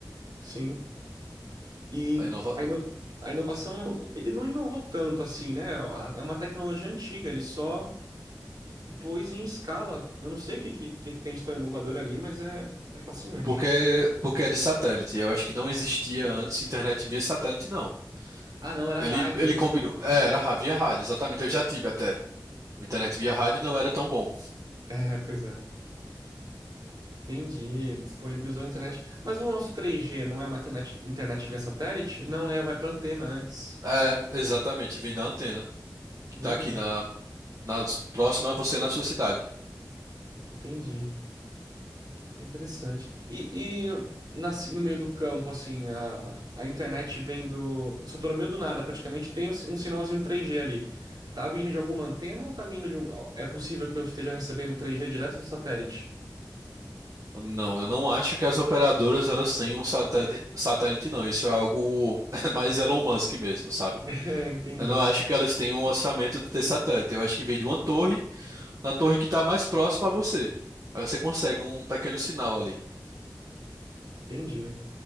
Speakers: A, on the right (about 65°); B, on the right (about 45°).
A: sim. E
B: É inovador.
A: a, ino- a inovação, ele não inovou tanto assim, né? A- É uma tecnologia antiga, ele só pôs em escala. Eu não sei o que, que, que que tem de tão inovador ali, mas é, é fascinante.
B: Porque, porque é de satélite. Eu acho que não existia antes internet via satélite, não.
A: Ah, não, era
B: Ele,
A: rádio,
B: ele
A: né?
B: combinou. É, era ra- via rádio, exatamente. Eu já tive até. Internet via rádio não era tão bom.
A: É, pois é. Entendi, ele disponibilizou a internet. Mas o nosso 3G não é uma internet, internet via satélite? Não, né? Vai para antena antes.
B: É, exatamente, vem da antena, que
A: Putz,
B: tá aqui na, na próxima a você na sua cidade.
A: entendi. Interessante. E, e nas- no meio do campo, assim, a, a internet vem do. Só tô no meio do nada, praticamente tem um, si- um sinalzinho 3G ali. Tá vindo de alguma antena ou tá vindo de um. É possível que eu esteja recebendo 3G direto do satélite?
B: Não, eu não acho que as operadoras elas têm um satélite, satélite, não. Isso é algo <laughs> mais Elon Musk mesmo, sabe?
A: <laughs> É, entendi.
B: Eu não acho que elas tenham um orçamento de ter satélite. Eu acho que vem de uma torre, na torre que está mais próxima a você. Aí você consegue um pequeno sinal ali.
A: Entendi.